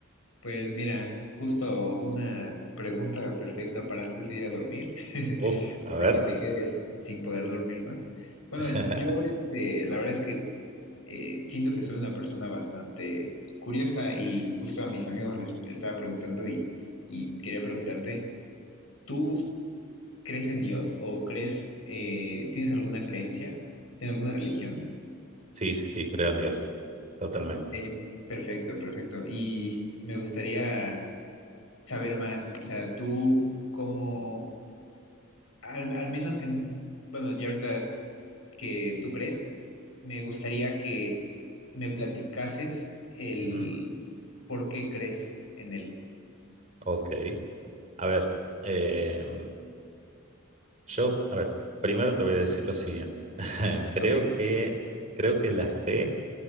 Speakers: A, on the left; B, on the right.
A: Pues mira, justo una pregunta perfecta para antes de ir a dormir, <laughs>
B: Uf, a
A: para
B: ver.
A: que te quedes sin poder dormir más. Bueno,
B: <laughs>
A: yo este, la verdad es que eh, siento que soy una persona bastante curiosa y justo a mis amigos les estaba preguntando y, y quería preguntarte, ¿tú crees en Dios o crees, eh, tienes alguna creencia, tienes alguna religión?
B: Sí, sí, sí, creo en Dios, totalmente.
A: Ok, perfecto, perfecto. Y me gustaría saber más, o sea, tú cómo al, al menos en, bueno, ya ahorita que tú crees, me gustaría que me platicases el
B: Ujú.
A: por qué crees en él.
B: Ok, a ver, em, yo, a ver, primero te voy a decir lo siguiente. <laughs> Creo
A: Ok,
B: que, creo que la fe